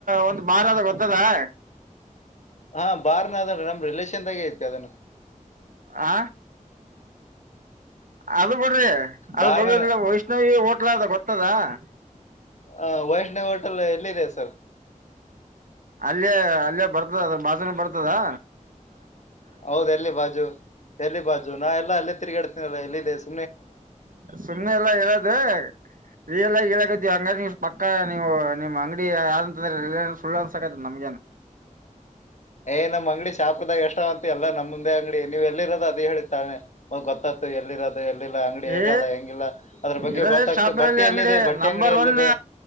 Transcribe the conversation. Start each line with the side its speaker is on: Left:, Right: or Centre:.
Right: ಒಂದ ಬಾರ್ ಅದ ಗೊತ್ತದ <inaudible>
Left: ಹಾ ಬಾರ್ನ ಅದನ್ ನಮ್ ರಿಲೇಷನ್ದಾಗೆ ಐತಿ ಅದನ್ನ
Right: ಆ ಅದು ಬಿಡ್ರಿ ಅದು
Left: ಬಾರ್ನ
Right: ಬಗ್ದಿಲ್ಲ ವೈಷ್ಣವಿ ಹೋಟ್ಲ್ ಅದ ಗೊತ್ತದಾ. <inaudible>
Left: ಅ ವೈಷ್ಣವ ಹೋಟೆಲು ಎಲ್ಲಿದೆ ಸರ್.
Right: ಅಲ್ಲೇ ಅಲ್ಲೇ ಬರ್ತದ ಅದ ಬಾಝುನ್ ಬರ್ತದಾ.
Left: ಹೌದ್ ಎಲ್ಲಿ ಬಾಜು ಎಲ್ಲಿ ಬಾಜುನಾ ಎಲ್ಲಾ ಅಲ್ಲೇ ತಿರಗ್ಯಾಡ್ತ. ನಬಾ ಇಲ್ಲಿ ಬೇಸ್.
Right: ಸುಮ್ನೆ ಎಲ್ಲಾ ಹೇಳೋದಯ ರಿಯಲ್ ಆಗಿ ಹೇಳಾಕತ್ತಿವಿ ಹಂಗ ನಿಸ್. ಟ್ಟ ನೀವು ನಿಮ್ಮ್ ಅಂಗಡಿಯ ಆಲ್ನ. ಅಂದ್ರರೆರೆನ ಸುಳ್ಳ ಅನ್ಸಾಕತೆ ನಮ್ಗ ಏನ್.
Left: ಏ ನಮ್ಮ್ ಅಂಗಡಿ ಶಾಪುರದಾಗ ಎಷ್ಟೊ ಹೊತ್ತಿ ಎಲ್ಲಾ ನಮ್ಮ ಮುಂದೆ ಅಂಗಡಿ. ಡಿ ನೀವು ಎಲ್ಲಿರೋದ ಅಧಿ ಹೇಳಿತ್ತ ತ್ತಾವೆ ಅವಾಗ ಗೊತ್ತ್ ತ್ತಾತ್ತು ಎಲ್ಲಿರೋದು ಎಲ್ಲಿಲ್ಲ ಅಂಗಡಿ ಹೇಗಾದ
Right: ಏ
Left: ಹೆಂಗಿಲ್ಲ ಅದ್ರ ಬಗ್ಗೆ
Right: ಇರೋದೇ
Left: ಗೊತ್ತಾಗ್ತು
Right: ಶಾಪುರಲ್ಲಿ
Left: ಬಟ್ಟಿ ಎಲ್ಲಿದೆ
Right: ಅಂಗಡಿ
Left: ಬಟ್ಟಿ
Right: ನಂಬರ್
Left: ಅಂಗಡಿ ಎಲ್ಲಿದೆ
Right: ಒನ್